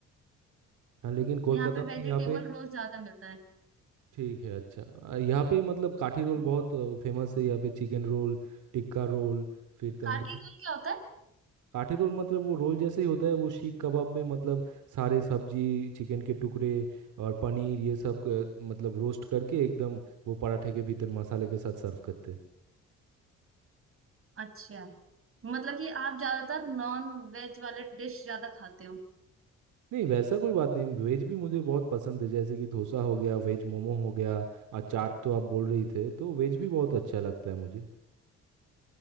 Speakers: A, on the right (about 80°); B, on the right (about 45°).
A: हाँ, लेकिन कोलकाता
B: यहाँ पे
A: में
B: वेजिटेबल
A: यहाँ पे
B: रोल ज्यादा मिलता है
A: ठीक है अच्छा अ, यहाँ पे मतलब काठी रोल
B: हम्म।
A: बहुत फेमस है यहाँ पे चिकन रोल टिक्का रोल फिर तंदूरी
B: काठी रोल क्या होता है
A: काठी रोल मतलब वो रोल जैसे ही होता है वो सीख कबाब में मतलब सारे सब्जी चिकन के टुकड़े और पनीर ये सब अ, मतलब रोस्ट करके एकदम वो पराठे के भीतर मसाले के साथ सर्व करते हैं
B: अच्छा मतलब कि आप ज्यादातर नॉन वेज वाले डिश ज्यादा खाते हो
A: नहीं वैसा कोई बात नहीं वेज भी मुझे बहुत पसंद है जैसे कि डोसा हो गया वेज मोमो हो गया और चाट तो आप बोल रही थे तो वेज भी बहुत अच्छा लगता है मुझे